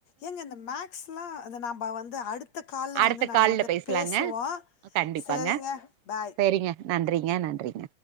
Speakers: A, on the left; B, on the right.
A: எங்க இந்த மேக்ஸ் ல அது நம்ம வந்து அடுத்து டுத்த கால்ல
B: அடுத்த
A: வந்து நம்ம
B: கால்ல
A: வந்து
B: பேசலாங்க
A: பேசுவோ
B: கண்டிப்பாங்க
A: சேரிங்க பாய்
B: சரிங்க நன்றிங்க நன்றிங்க